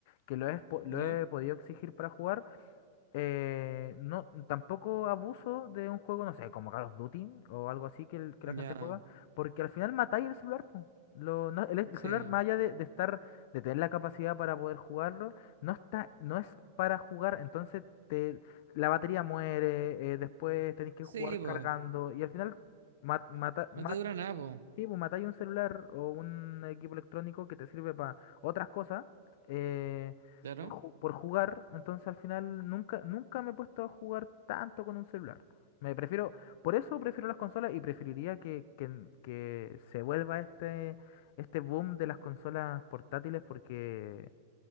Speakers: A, on the left (about 60°); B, on the right (about 80°).
A: que lo he, po- lo
B: ¿Ya?
A: he podido exigir para jugar, eh, no, tampoco abuso de un juego, no sé, como Call of Duty o algo así que, el- que la gente
B: Ya.
A: juega, porque al final matáis el celular, po. Lo- no- el, el
B: Sí.
A: celular, más allá de, de estar, de tener la capacidad para poder jugarlo, no está, no es para jugar, entonces te, la batería muere, eh, después tenéis que jugar
B: Sí, po.
A: cargando, y al final ma- mata- matas
B: No te dura nada, po.
A: Sí, pues matáis un celular o un equipo electrónico que te sirve para otras cosas eh,
B: Claro.
A: por, ju- por jugar. Entonces al final nunca, nunca me he puesto a jugar tanto con un celular. Me prefiero, por eso prefiero las consolas y preferiría que, que, que se vuelva este, este boom de las consolas portátiles porque